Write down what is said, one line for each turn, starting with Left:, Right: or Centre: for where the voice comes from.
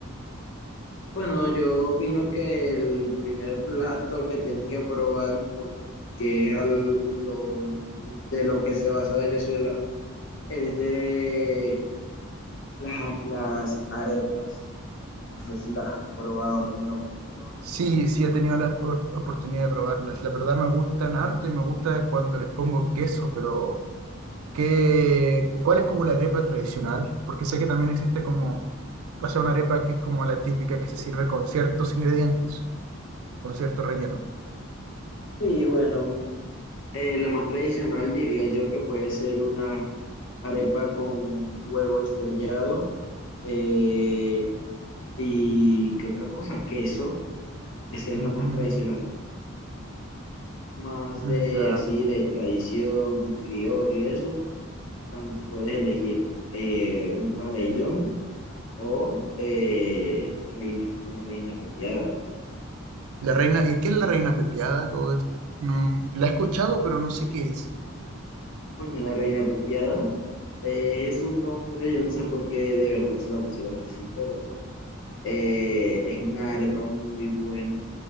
Left: Bueno, yo opino que el primer plato que tienes que probar, porque es al- lo, de lo que se basa Venezuela, es de las, am- las arepas. No sé si la has probado, has tenido la oportunidad de probar.
Right: Sí, sí he tenido la opor- oportunidad de probarlas. La verdad me gustan harto y me gusta cuando les pongo queso, pero ¿qué, cuál es como la arepa tradicional? Porque sé que también existe como O sea, una arepa que es como la típica que se sirve con ciertos ingredientes, con cierto relleno.
Left: Sí, bueno, eh, la más tradicional diría yo que puede ser una arepa con huevo estrellado eh, y ¿qué otra cosa? Queso. Esa es
Right: Mm,
Left: la más tradicional. Más
Right: mm,
Left: de
Right: ya.
Left: así de tradición criollo y eso, tan- puedes elegir eh, un pabellón o eh, reina, la reina pepiada.
Right: La reina, ¿y qué es la reina pepiada, todo esto? No, la he escuchado, pero no sé qué es.
Left: Bueno, la reina apropiada eh, es un nombre, yo no sé por qué de verdad se la pusieron así, pero eh, es una arepa muy buena.